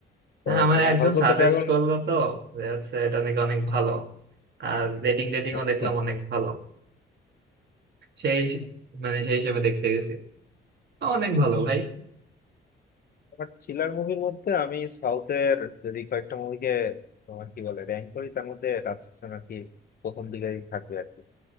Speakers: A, on the left; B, on the right.
A: তো
B: হ্যাঁ আমার
A: তোমার
B: একজন
A: হাউস অফ
B: সাজেস্ট
A: দ্য ড্রাগন
B: করলো তো যে হচ্ছে এটা নাকি অনেক ভালো আর রেটিং রেটিংও
A: আচ্ছা
B: দেখলাম অনেক ভালো সেই মানে সেই হিসেবে দেখতে গেছি অনেক ভালো ভাই
A: তোমার থ্রিলার মুভির মধ্যে আমি সাউথের যদি কয়েকটা মুভিকে তোমার কি বলে র্যাঙ্ক করি তার মধ্যে রাজশাসন আর কি প্রথম দিকেই থাকবে আর কি